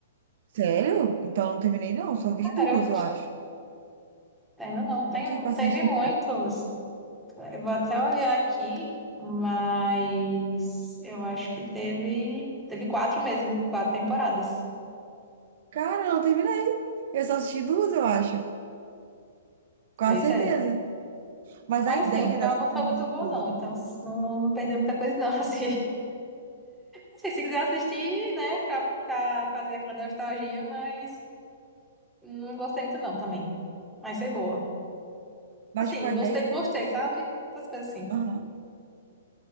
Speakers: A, on the right; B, in the centre.
A: Sério? Então eu não terminei, não. Só vi
B: cara.
A: duas,
B: Eu
A: eu acho.
B: ainda não, tem,
A: Nem tive paciência
B: teve muitos.
A: de terminar.
B: Eu vou até olhar aqui, mas eu acho que teve, teve quatro mesmo, quatro temporadas.
A: Cara, eu não terminei. Eu só assisti duas, eu acho. Com
B: Pois
A: certeza.
B: é.
A: Mas
B: Mas
A: a ideia
B: assim, o final
A: da série
B: não foi
A: era
B: muito
A: muito
B: bom,
A: boa.
B: não. Então não, não perdeu muita coisa, não. <laughs> Assim, assim, se quiser assistir, né, pra, pra fazer aquela nostalgia, mas não gostei muito, não, também. Mas foi boa.
A: Mas,
B: Assim,
A: tipo, a
B: gostei,
A: ideia da...
B: não gostei, sabe? Essas coisas assim.
A: Aham.